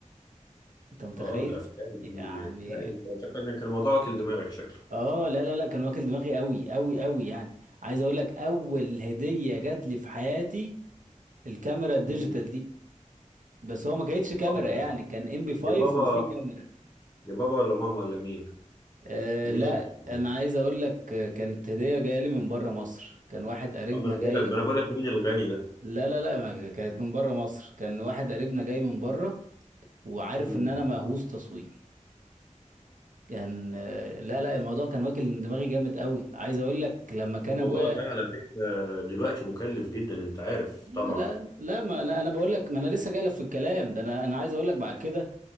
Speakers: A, on the right (about 80°); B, on the left (about 30°).
A: انت متخيل
B: اه الافلام دي
A: يعني
B: لا انت انت كان كان الموضوع واكل دماغك شكله
A: اه لا لا لا كان واكل دماغي قوي قوي قوي يعني عايز اقول لك اول هديه جات لي في حياتي الكاميرا الديجيتال
B: مم.
A: دي بس هو ما كانتش كاميرا
B: بقى-
A: يعني كان ام بي 5
B: دي بابا
A: وفي كاميرا
B: دي بابا ولا ماما ولا مين
A: أه
B: مين
A: لا
B: الغني ده
A: انا عايز اقول لك آه، كانت هديه جايه لي من بره مصر كان واحد قريبنا
B: اما انا بقول
A: جاي
B: لك ما انا بقول لك مين الغني ده
A: لا لا لا ما كانت من بره مصر كان واحد قريبنا جاي من بره وعارف
B: مم.
A: ان انا مهووس تصوير كان آه، لا لا الموضوع كان واكل دماغي جامد قوي عايز اقول لك لما كان
B: الموضوع
A: ابويا
B: ده على فكره دلوقتي مكلف جدا انت عارف
A: آه،
B: طبعا
A: لا لا ما انا انا بقول لك ما انا لسه جاي لك في الكلام ده انا انا عايز اقول لك بعد كده